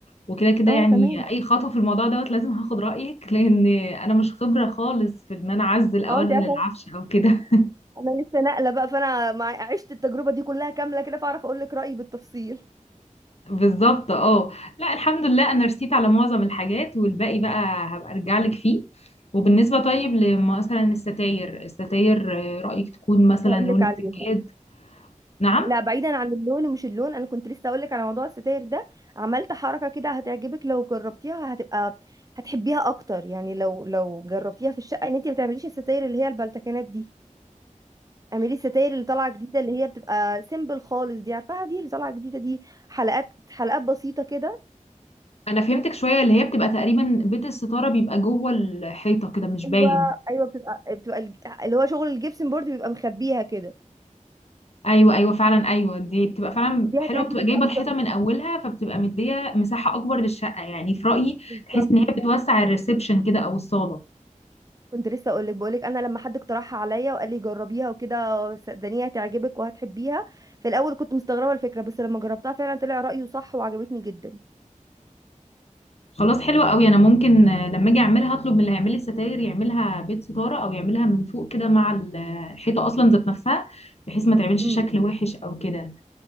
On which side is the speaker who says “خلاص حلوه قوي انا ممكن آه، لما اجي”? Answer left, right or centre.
Left